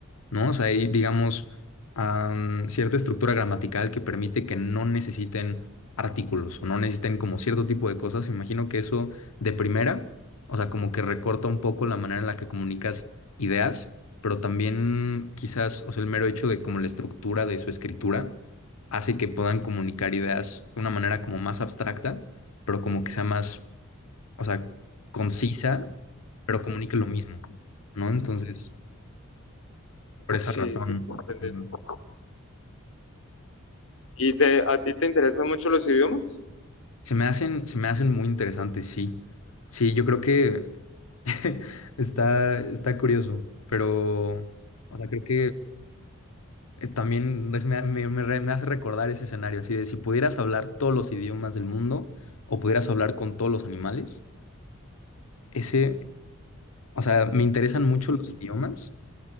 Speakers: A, on the left (about 85°); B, on the left (about 65°).
A: ¿no? O sea, hay, digamos, am, cierta estructura gramatical que permite que no necesiten artículos o no necesiten como cierto tipo de cosas. Imagino que eso de primera, o sea, como que recorta un poco la manera en la que comunicas ideas. pero también quizás, o sea, el mero hecho de como la estructura de su escritura, hace que puedan comunicar ideas de una manera como más abstracta, pero como que sea más, o sea, concisa, pero comunique lo mismo, ¿no? Entonces, por esa
B: Sí,
A: razón,
B: sí, entendemos.
A: ujú.
B: ¿Y te, a ti te interesan mucho los idiomas?
A: se me hacen, se me hacen muy interesantes, sí. Sí, yo creo que <laughs> está, está curioso, pero, o sea, creo que es también es- me, me- me re- me hace recordar ese escenario, así de si pudieras hablar todos los idiomas del mundo o pudieras hablar con todos los animales, ese... O sea, me interesan mucho los idiomas,